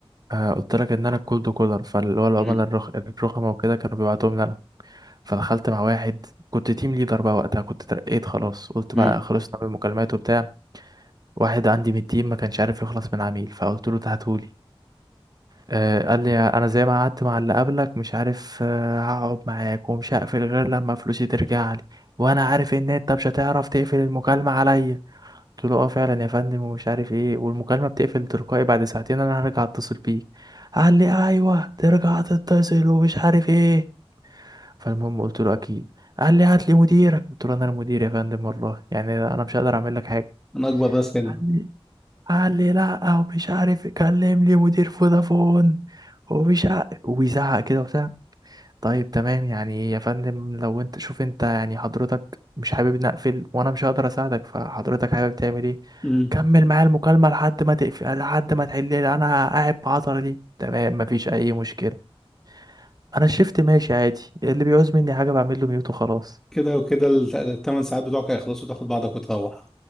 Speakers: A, on the right; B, in the centre.
A: آه قلت لك ان انا الكولد كولر فاللي هو العملاء
B: مم.
A: الرخ... الرخمه وكده كانوا بيبعتوهم لي انا فدخلت مع واحد كنت تيم ليدر بقى وقتها كنت ترقيت خلاص قلت
B: مم.
A: بقى خلصنا من المكالمات وبتاع واحد عندي من التيم ما كانش عارف يخلص من عميل فقلت له تهاتولي آه قال لي انا زي ما قعدت مع اللي قبلك مش عارف آه هقعد معاك ومش هقفل غير لما فلوسي ترجع لي وانا عارف ان انت مش هتعرف تقفل المكالمه عليا قلت له اه فعلا يا فندم ومش عارف ايه والمكالمه بتقفل تلقائي بعد ساعتين انا هرجع اتصل بيك قال لي ايوه ترجع تتصل ومش عارف ايه فالمهم قلت له اكيد قال لي هات لي مديرك قلت له انا المدير يا فندم والله يعني انا مش هقدر اعمل لك حاجه
B: انا اكبر راس هنا
A: قال لي قال لي لا ومش عارف كلم لي مدير فودافون ومش عارف وبيزعق كده وبتاع طيب تمام يعني يا فندم لو انت شوف انت يعني حضرتك مش حابب نقفل وانا مش هقدر اساعدك فحضرتك حابب تعمل ايه
B: مم.
A: كمل معايا المكالمة لحد ما تقفل لحد ما تحل لي انا قاعد بعطر دي تمام مفيش اي مشكلة انا الشفت ماشي عادي اللي بيعوز مني حاجة بعمل له ميوت وخلاص
B: كده وكده الثمان ساعات بتوعك هيخلصوا تاخد بعضك وتروح